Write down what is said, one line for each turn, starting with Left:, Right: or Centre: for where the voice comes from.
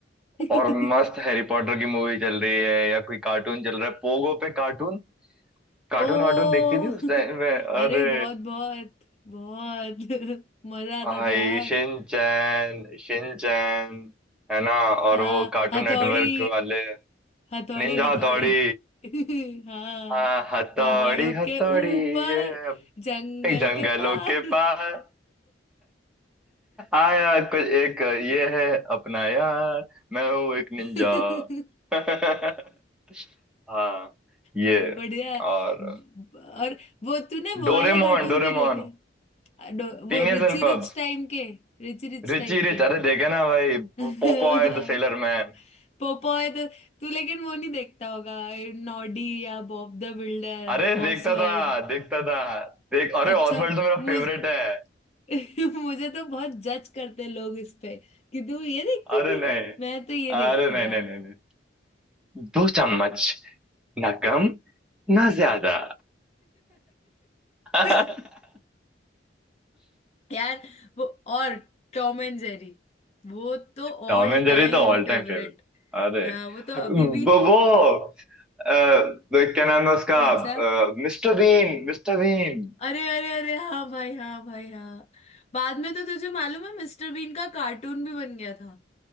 Left: <laughs>
Centre: और मस्त हैरी पॉटर की मूवी चल रही है या कोई कार्टून चल रहा है पोगो पे कार्टून कार्टून
Left: ओह
Centre: वार्टून देखती थी उस टाइम
Left: <laughs>
Centre: में अरे
Left: अरे बहुत बहुत बहुत <laughs> मजा आता
Centre: भाई
Left: था यार
Centre: शिनचैन शिनचैन है ना और
Left: आ,
Centre: वो कार्टून
Left: हथौड़ी
Centre: नेटवर्क वाले
Left: हथौड़ी
Centre: Ninja
Left: हथौड़ी
Centre: Hattori
Left: <laughs> हाँ
Centre: हाँ हथौड़ी
Left: पहाड़ों
Centre: हथौड़ी
Left: के ऊपर जंगल
Centre: जंगलों
Left: के पार
Centre: के पार आया कुछ एक ये है अपना यार मैं हूँ एक निंजा
Left: <laughs>
Centre: <laughs>
Left: <laughs>
Centre: हाँ ये
Left: अरे बढ़िया है। और
Centre: और
Left: वो तूने वो
Centre: Doraemon
Left: वाले कार्टून्स
Centre: Doraemon
Left: भी देखे डो-
Centre: पीनियस
Left: वो रिची
Centre: एंड पब्स
Left: रिच टाइम के रिची रिच
Centre: रिची
Left: टाइप
Centre: रिच
Left: के
Centre: अरे देखे ना भाई
Left: <laughs>
Centre: पॉपॉय द सेलर मैन
Left: पोपॉय तो तू लेकिन वो नहीं देखता होगा नॉडी या बॉब द बिल्डर
Centre: अरे देखता
Left: ऑसवर्ल्ड
Centre: था देखता था देख अरे
Left: अच्छा
Centre: ऑसवर्ल्ड तो मेरा
Left: मुझ
Centre: फेवरेट है
Left: <laughs> मुझे तो बहुत जज करते लोग इस पे कि तू ये देखती
Centre: अरे
Left: थी
Centre: नहीं
Left: मैं तो ये देखती
Centre: अरे नहीं
Left: था
Centre: नहीं नहीं नहीं दो चम्मच ना कम ना ज्यादा
Left: <laughs>
Centre: <laughs>
Left: यार वो और टॉम एंड जेरी वो तो
Centre: टॉम
Left: ऑल
Centre: एंड जेरी
Left: टाइम
Centre: तो ऑल
Left: फेवरेट
Centre: टाइम फेवरेट अरे
Left: हाँ वो तो अभी भी
Centre: वो वो, अ, क्या नाम है उसका
Left: कौन सा
Centre: Mister Bean mister Bean
Left: अरे अरे अरे हाँ भाई हाँ भाई हाँ बाद में तो तुझे मालूम है मिस्टर बीन का कार्टून भी बन गया था